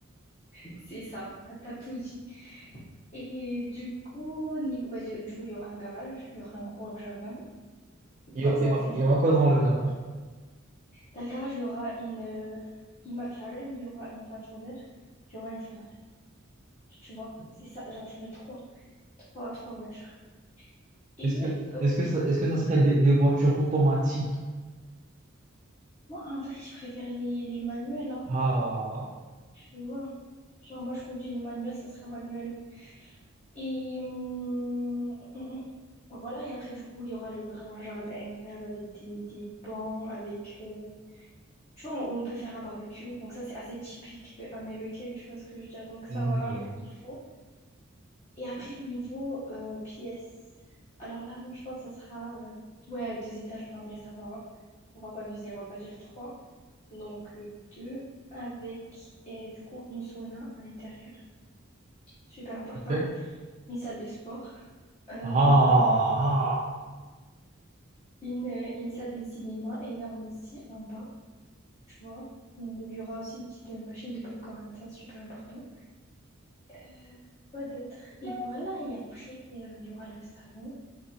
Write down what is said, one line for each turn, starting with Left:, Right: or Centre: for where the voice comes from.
Left: <laughs> C'est ça, t'as t'as tout dit. Et du coup, niveau- bah, du du coup, il y aura un garage, il y aura un gros jardin.
Right: Il
Left: Comme
Right: y aura,
Left: ça,
Right: il y
Left: on
Right: aura,
Left: fait des
Right: il y aura quoi dans le garage?
Left: Dans le garage, il y aura une, euh, une McLaren, il y aura une Range Rover, il y aura une Ferrari. Tu vois, c'est ça. Genre, j'aurai trois, trois, trois voitures. Et
Right: Est-ce que,
Left: euh,
Right: est-ce que ça, est-ce que ça serait des, des voitures automatiques?
Left: moi, en vrai, je préfère les, les manuels, hein,
Right: Ah,
Left: tu vois. Genre, moi, je conduis une manuel, ça sera manuel. Et hum, hum, hum. voilà, et après, du coup, il y aura le grand jardin incroyable avec des, des bancs, avec... euh, Tu vois, on on peut faire un barbecue. Donc ça, c'est assez typique euh, américain, tu vois ce que je veux dire. Donc
Right: yeah.
Left: ça, voilà, il faut. Et après, niveau euh, pièces, alors là, moi, je pense que ça sera euh, ouais, deux étages. En vrai, ça va. hein. On va pas viser, on va pas dire trois. Donc, euh, deux avec, et du coup, une sauna à l'intérieur. Super important.
Right: Ok.
Left: Une salle de sport. Euh,
Right: Ah, ah.
Left: une, euh, une salle de cinéma énorme aussi en bas, tu vois. Il y aura aussi une petite euh, machine de popcorn, ça, super important. Euh, quoi d'autre? Et voilà, et après, euh, il y aura le salon